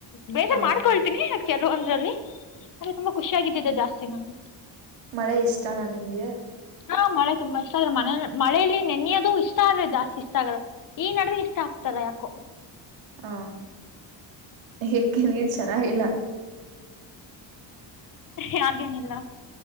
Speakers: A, on the left (about 45°); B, on the right (about 80°).
A: ಬೇಜಾರ
B: ಹ
A: ಮಾಡ್ಕೊಳ್ತೀನಿ ಕೆಲ ಅಂದ್ರಲ್ಲಿ ಅಲ್ಲಿ ತುಂಬಾ ಖುಷಿಯಾಗಿದ್ದಿದೆ ಜಾಸ್ತಿ ನಾನು
B: ಮಳೆ ಇಷ್ಟನಾ ನಿಮ್ಗೆ.
A: ಹಾ ಮಳೆ ತುಂಬಾ ಇಷ್ಟ ಅ ಮನ ಮಳೇಯಲ್ಲಿ ನೆನೆಯೋದು ಇಷ್ಟ ಆದ್ರೆ ಜಾಸ್ತಿ ಇಷ್ಟ ಆಗಲ್ಲ ಈ ನಡುವೆ ಇಷ್ಟ ಆಗ್ತಲ್ಲ ಯಾಕೋ
B: ಹಾ ಏಕೆ ನೀರ್ ಚೆನ್ನಾಗಿ.
A: ಹಾಗೆನಿಲ್ಲ